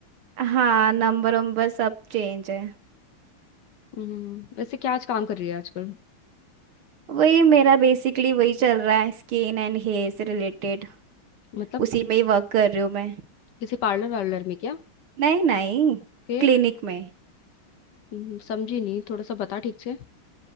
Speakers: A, on the right; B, on the left.
A: हाँ नंबर वंबर सब चेंज है
B: हम्म वैसे क्या आज काम कर रही है आजकल
A: वही मेरा बेसिकली वही चल रहा है स्किन एंड हेयर से रिलेटेड
B: मतलब
A: उसी में ही वर्क कर रही हूँ मैं
B: किसी पार्लर वार्लर में क्या
A: नहीं नहीं
B: फिर
A: क्लिनिक में
B: हम्म, समझी नहीं थोड़ा सा बता ठीक से